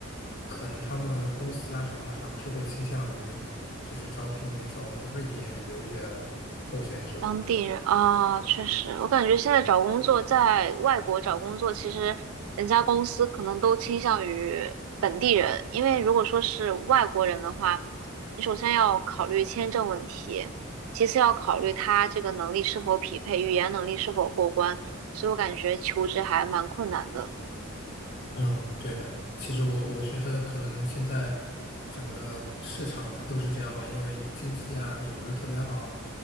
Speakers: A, on the left (about 50°); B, on the right (about 80°).
A: 可能他们公司啊什么的还是会倾向于就是招聘那种瑞典语流利的候选者。
B: 当地人啊，确实，我感觉现在找工作，在外国找工作，其实人家公司可能都倾向于本地人，因为如果说是外国人的话，你首先要考虑签证问题，其次要考虑他这个能力是否匹配，语言能力是否过关，所以我感觉求职还蛮困难的。
A: 嗯，对的。其实我我觉得可能现在整个市场它都是这样吧，因为经济啊也不是特别好。